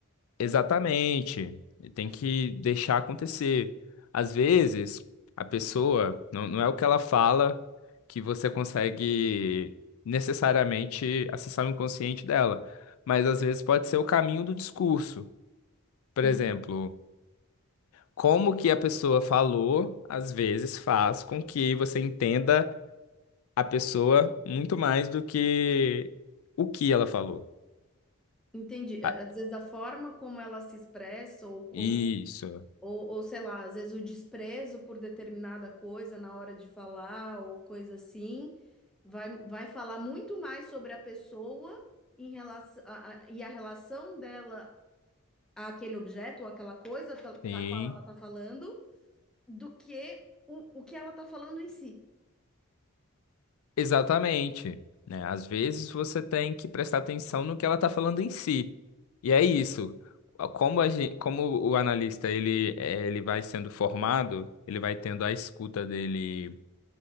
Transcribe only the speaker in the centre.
En-
Entendi. É,
Às vezes a forma como ela se expressa ou como
Ou, ou sei lá, às vezes o desprezo por determinada coisa na hora de falar ou coisa assim, vai, vai falar muito mais sobre a pessoa em relação a- a- e a relação dela àquele objeto ou aquela coisa pel-
da qual ela está falando do que o, o que ela está falando em si.